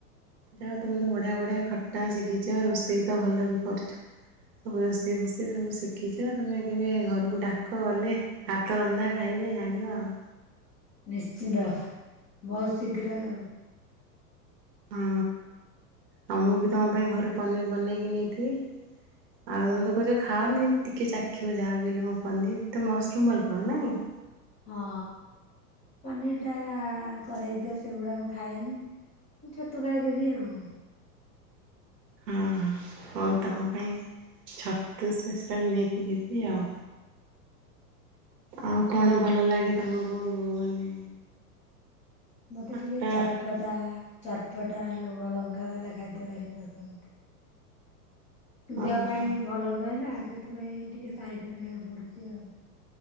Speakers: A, on the right; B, on the left.
A: ଯା ହୋଉ ତମେ ତ ବଢିଆ ବଢିଆ ଖଟା ଶିଖିଚ ଆଉ ରୋଷେଇ ତ ଭଲ ବି କରୁଛ। ସବୁ ରୋଷେଇ ଫୋଷେଇ ସବୁ ଶିଖିଚ ତମେ କେବେ ଘରକୁ ଡାକ ଗଲେ? ହାତ ରନ୍ଧା ଖାଇଲେ ଜାଣିବ ଆଉ।
B: ନିଶ୍ଚିନ୍ତ ବହୁତ ଶୀଘ୍ର ଆଉ।
A: ହଁଁ ଆଉ ମୁଁ ବି ତମ ପାଇଁ ଘରୁ ପନିର୍ ବନେଇକି ନେଇଥିବି। ଆଉ ତମେ ତ କୋହୁଚ ଖାଅନି କିନ୍ତୁ ଟିକିେ ଚାଖିବ ଯାହାବି ହେଲେ ମୋ ପନିର ତ ମସରୁମ୍ ଭଲ ପାଓ ନାଇ।
B: ହଁ ପନିର ଟା କରେଇ ଦିଅ ସେଗୁଡା ମୁଁ ଖାଏନି। ମୁଁ ଛତୁ ଗାଇଦେବି ଆଉ।
A: ହଁ ହଁ ହଉ ତମ ପାଇଁ ଛତୁ ସ୍ପେଶାଲ ନେଇକି ଯିବି ଆଉ। ଆଉ କଣ ଭଲ ଲାଗେ ତମକୁ ମାନେ?
B: ମତେ
A: ଖଟା
B: ଟିକେ ଚଟପଟା ଚଟପଟା ଲୁଣ ଲଙ୍କା ବାଲା ଖାଦ୍ୟ ଭାରି ପସନ୍ଦ। ଦେହ
A: ଓହୋ।
B: ପାଇଁ ଭଲ ନୁହେଁ ନା ସେଥିପାଇଁ ଟିକେ ସାଇଡ କରିବାକୁ ପଡ଼ୁଚି ଆଉ।